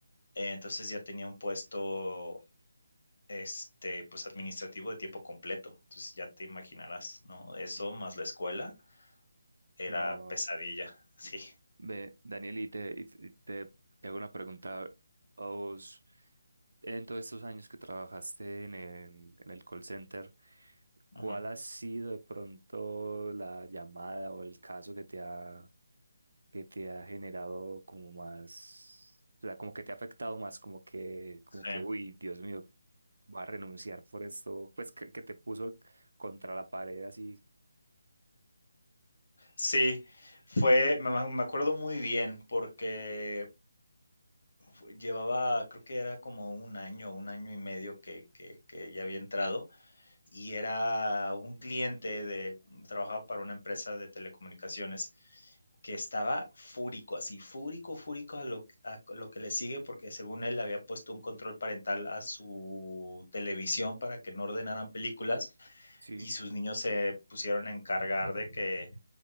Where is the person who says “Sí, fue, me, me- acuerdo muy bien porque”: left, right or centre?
Left